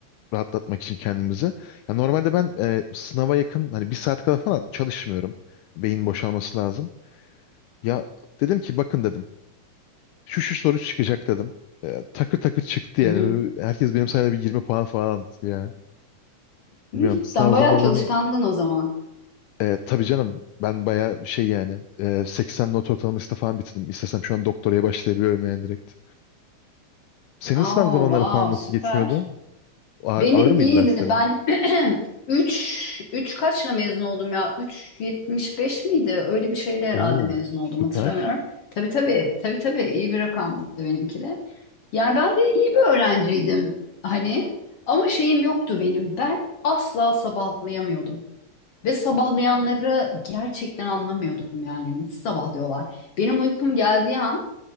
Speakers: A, on the left; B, on the left.
A: rahatlatmak için kendimizi. Ya normalde ben e, sınava yakın hani bir saat kadar falan çalışmıyorum. Beyin boşalması lazım. Ya dedim ki bakın dedim. şu şu soru çıkacak dedim. E, takır takır çıktı
B: hı
A: yani.
B: hı.
A: Herkes benim sayemde bir 20 puan falan almıştı ya.
B: <laughs>
A: Bilmiyorum sınav
B: Sen bayağı
A: zamanları
B: çalışkandın o zaman.
A: e, tabii canım ben bayağı şey yani e, 80 not ortalamasıyla falan bitirdim. İstesem şu an doktoraya başlayabiliyorum yani direkt. Senin
B: Oh,
A: sınav zamanları
B: wow,
A: falan nasıl
B: süper.
A: geçmiyordu? Ağır,
B: Benim
A: ağır mıydı
B: iyiydi.
A: derslerin?
B: Ben <clears throat> 3 3 kaçla mezun oldum ya? üç yetmiş beş miydi? Öyle bir şeyle herhalde
A: Oo
B: mezun oldum
A: süper.
B: hatırlamıyorum. Tabii tabii. Tabii tabii iyi bir rakamdı benimki de. Yani ben de iyi bir öğrenciydim hani ama şeyim yoktu benim. Ben asla sabahlayamıyordum. Ve sabahlayanları gerçekten anlamıyordum yani nasıl sabahlıyorlar. Benim uykum geldiği an